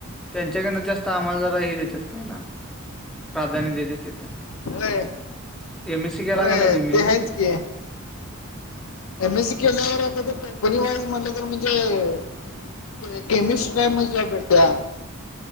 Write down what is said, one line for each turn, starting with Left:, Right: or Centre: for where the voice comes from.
Centre: त्यांच्याक जास्त आम्हाला जही देतात पहिला प्राधान्य द्यायचे तिथे
Left: होय
Centre: एमएसी केेला
Left: होय
Centre: का नाही तुम्ही
Left: ते आहेच की एम एससी केल्यावर आता ते कंपनी वाईज म्हटलं तर म्हणजे केमिस्ट कायमजय पेर त्या